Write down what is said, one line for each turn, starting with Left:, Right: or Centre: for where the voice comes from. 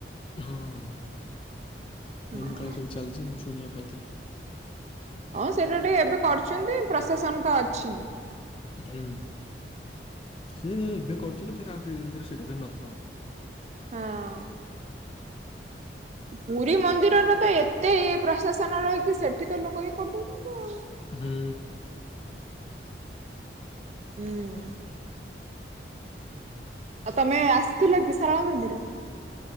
Left: ହଁ ଏମତି
Right: ହଁ
Left: କାଳେ ସବୁ ଚାଲିଛି ମୁଁ ଶୁଣିବା ପାଇଥିଲି।
Right: ହଁ ସେଇଟା ଟିକେ ଏବେ କରୁଛନ୍ତି ପ୍ରଶାସନ ତ ଅଛି।
Left: ହୁଁ ସେ ଏ ଏବେ କରୁଛନ୍ତି ଫରେ ଆଉ କେଇ ଦିନ ପରେ ସେଇଟା ବି ନଥିବ।
Right: ହଁ। ପୁରୀ ମନ୍ଦିରର ତ ଏତେ ପ୍ରଶାସନ ରହିକି ସେଠି ତ ଲୋକ ଇଏ କରି ଦଉଛନ୍ତି ଆଉ।
Left: ହୁଁ।
Right: ଉଁ। ଆଉ ତମେ ଆସିଥିଲ କି ଶାରଳା ମନ୍ଦିର।